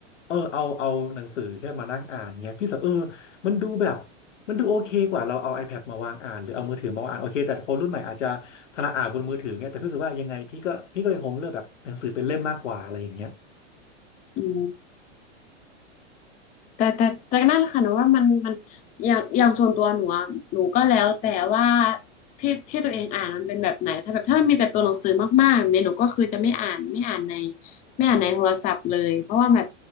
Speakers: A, on the left (about 85°); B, on the left (about 20°).
A: เออเอาเอาหนังสือแค่มานั่งอ่านเงี้ยพี่สับเออมันดูแบบมันดูโอเคกว่าเราเอา iPad มาวางอ่านหรือเอามือถือมาวางอ่านโอเคแต่คนรุ่นใหม่อาจจะถนัดอ่านบนมือถือเงี้ยแต่พี่รู้สึกว่ายังไงพี่ก็พี่ก็ยังคงเลือกแบบหนังสือเป็นเล่มมากกว่าอะไรอย่างเงี้ย
B: อืมแต่แต่แต่นั่นแหละค่ะหนูว่ามันมันอย่างอย่างส่วนตัวหนูอะหนูก็แล้วแต่ว่าที่ที่ตัวเองอ่านมันเป็นแบบไหนถ้าแบบถ้ามันมีแต่ตัวหนังสือมากๆแบบนี้หนูก็คือจะไม่อ่านไม่อ่านในไม่อ่านในโทรศัพท์เลยเพราะว่าแบบ